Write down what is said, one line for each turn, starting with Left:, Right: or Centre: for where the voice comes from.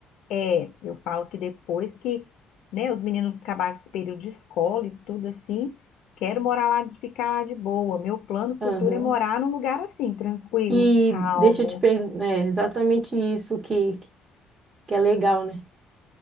Left: É, eu falo que depois que, né, os meninos acabarem esse período de escola e tudo assim, quero morar lá, ficar lá de boa. Meu plano futuro
Right: Aham.
Left: é morar num lugar assim, tranquilo,
Right: E
Left: calmo.
Right: deixa eu te perguntar, é exatamente isso que, que é legal, né?